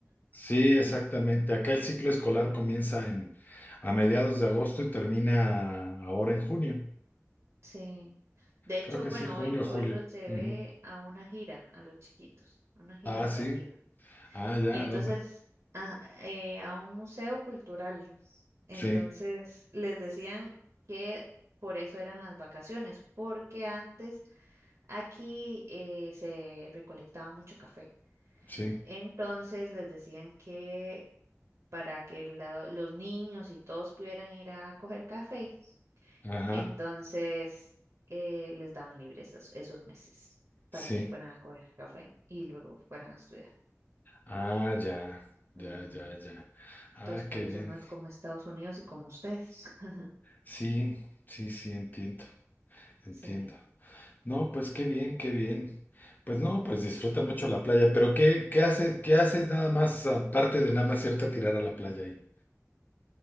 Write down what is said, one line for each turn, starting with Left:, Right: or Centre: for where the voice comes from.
Left: sí, exactamente. Acá el ciclo escolar comienza en, a mediados de agosto y termina ahora en junio.
Right: Sí. De hecho,
Left: Creo que
Right: bueno,
Left: sí, junio
Right: hoy,
Left: o julio.
Right: hoy los llevé
Left: Ujú.
Right: a una gira, a los chiquitos, a una gira
Left: Ah,
Right: educativa.
Left: sí. Ah, ya,
Right: Y entonces,
Left: ¿dónde?
Right: a, eh, a un museo cultural. Entonces,
Left: Sí,
Right: les decían que por eso eran las vacaciones, porque antes aquí eh, se recolectaba mucho café.
Left: sí.
Right: Entonces, les decían que para que la- los niños y todos pudieran ir a coger café
Left: Ajá,
Right: entonces, eh, les daban libres esos, esos meses
Left: sí.
Right: para que fueran a coger café y luego fueran a estudiar.
Left: Ah, ya,
Right: Mm,
Left: ya, ya, ya.
Right: entonces,
Left: Ah,
Right: por
Left: qué
Right: eso
Left: bien.
Right: no es como Estados Unidos y como ustedes. <laughs>
Left: Sí, sí, sí, entiendo, entiendo.
Right: Sí.
Left: No, pues qué bien, qué bien. Pues no, pues disfruta mucho la playa, pero ¿qué, qué haces, qué haces nada más aparte de nada más irte a tirar a la playa ahí?